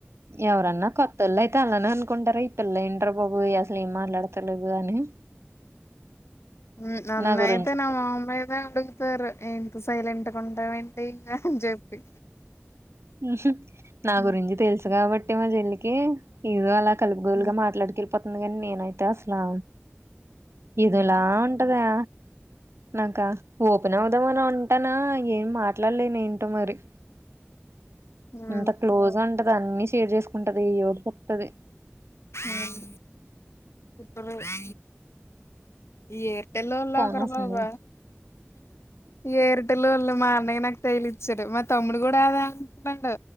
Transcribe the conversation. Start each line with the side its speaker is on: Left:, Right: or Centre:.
Right: ఎవరన్నా కొత్ పెళ్లయితే అలానే అనుకుంటారా ఈ పిళ్లెంటిరా బాబు అసలు ఏం మాట్లాడతలేదు అని
Left: ఉ నన్నయితే
Right: నా గురించి
Left: నా మొహం మీదె అడుగు సరే ఎంటి సైలెంట్గా ఉంటావెంటి అని చెప్పి
Right: ఉహ్ నా
Left: ఉమ్
Right: గురించి తెలుసు గాబట్టి మా చెల్లికి ఏదో అలా కలుపుగొలుగా
Left: ఉమ్
Right: మాట్లాడికెళ్ళిపోతుంది గాని నేనైతే అసలే ఏదొలా
Left: ఉమ్
Right: ఉంటదా. నాకా ఓపెన్ అవుదాం అని ఉంటాను ఏం మాట్లాడలేనెంటో మరి.
Left: ఉమ్.
Right: ఎంత క్లోజ్గా ఉంటది అన్ని షేర్ చేసుకుంటది ఏయోపడుత్తది.
Left: ఆమ్ ఇప్పుడు రే ఈ ఏడ్. బెలున్
Right: ఫోన్
Left: లాకరంలోక
Right: వస్తుంది
Left: ఎర్ప్. బెలున్లు మా అన్నయ్య నాకు తేలిచ్చడు మా తమ్ముడు కూడా అదే అంటున్నాడు.